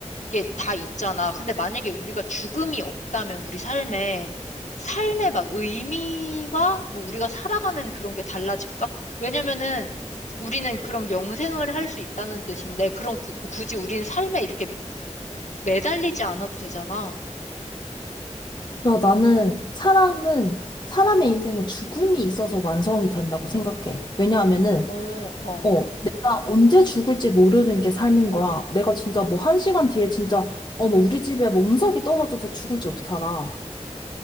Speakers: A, on the left (about 75°); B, on the left (about 35°).
A: 게 다 있잖아. 근데 만약에 우리가 죽음이 없다면 우리 삶에 삶의 막 의미와 뭐 우리가 살아가는 그런 게 달라질까? 왜냐면은 우리는 그럼 영생을 할 수 있다는 뜻인데 그럼 구- 굳이 우리는 삶에 이렇게 매달리지 않아도 되잖아.
B: 야, 나는 사람은, 사람의 인생은 죽음이 있어서 완성이 된다고 생각해. 왜냐하면은,
A: 어, 어.
B: 어, 내가 언제 죽을지 모르는 게 삶인 거야. 내가 진짜 뭐 한 시간 뒤에 진짜, 어, 뭐 우리 집에 뭐 운석이 떨어져서 죽을지 어떻게 알아.